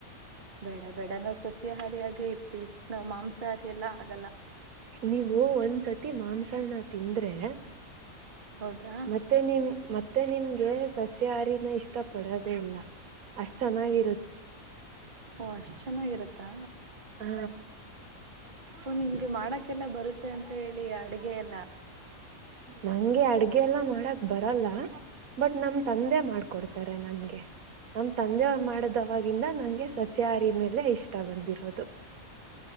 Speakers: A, on the right (about 40°); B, on the right (about 80°).
A: ಬೇಡ, ಬೇಡ ನಾವು ಸಸ್ಯಾಹಾರಿಯಾಗೆ ಇರ್ತೀವಿ ನಾವ್ ಮಾಂಸಾಹಾರಿ ಎಲ್ಲ ಆಗಲ್ಲ
B: ನೀವು ಒಂದ್ಸತಿ ಮಾಂಸಾಹನ ತಿಂದ್ರೆ
A: ಹೌದಾ
B: ಮತ್ತೆ ನಿಮ್ಮ ಮತ್ತೆ ನಿಮ್ಗೆ ಸಸ್ಯಹಾರಿನೆ ಇಷ್ಟ ಇಷ್ಟ ಪಡೋದೇ ಇಲ್ಲ ಅಷ್ಟ್ ಚೆನ್ನಾಗಿ
A: ಓ ಅಷ್ಟು ಚೆನ್ನಾಗಿರುತ್ತಾ
B: ಹ
A: ಓ ನಿಮ್ಗೆ ಮಾಡಕ್ಕೆಲ್ಲ ಬರುತ್ತೆ ಅಂತ ಹೇಳಿ ಅಡ್ಗೆ ಎಲ್ಲಾ
B: ನಂಗೆ ಅಡ್ಗೆ ಗೆಲ್ಲ ಮಾಡಕ್ ಬರಲ್ಲಾ ಬಟ್ ನಮ ತಂದೆ ಮಾಡ್ಕೊಡ್ತಾರೆ ನಮ್ಗೆ. ನಮ್ ತಂದೆ
A: ಓ
B: ಮಾಡಿದ ಅವಾಗ ಇನ್ನ ನಂಗೆ ಸಸ್ಯಹಾರಿ ಮೇಲೆ ಇಷ್ಟ ಬಂದಿರೋದು.